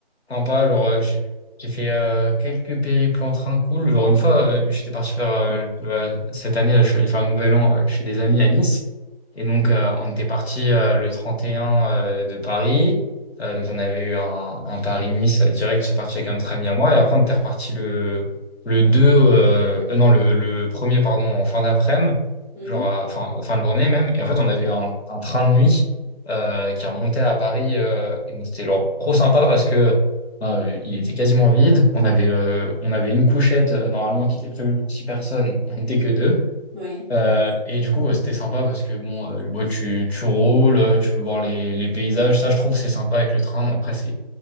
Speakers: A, on the left; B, in the centre.
A: Sympa, genre, euh, j'ai j'ai fait euh, quelques périples en train cool. Genre, une fois, euh, j'étais parti faire, euh, euh, cette année, là, je suis allé faire le Nouvel An euh, chez des amis à Nice. Et donc,
B: Mhm.
A: euh, on était parti euh, le 31 euh, de Paris. Euh, donc, on avait eu un, un Paris-Nice euh, direct. Je suis parti avec un autre ami à moi. Et après, on était reparti le, le 2 euh, euh, non, le, le premier pardon, en fin d'après-midi,
B: Mhm.
A: genre, à- enfin, fin de journée même. Et en fait, on avait
B: Oui.
A: eu un, un train de nuit euh, qui remontait à Paris. euh, et donc, c'était genre, trop sympa parce que bah, euh, il était quasiment vide. On avait, euh, on avait une couchette euh, normalement qui était prévue pour six personnes. On n'était que deux.
B: Ouais.
A: Euh, et du coup, ouais, c'était sympa parce que bon, euh, ouais, tu, tu roules, euh, tu peux voir les, les paysages. Ça, je trouve, c'est sympa avec le train. Bon, après, c'est,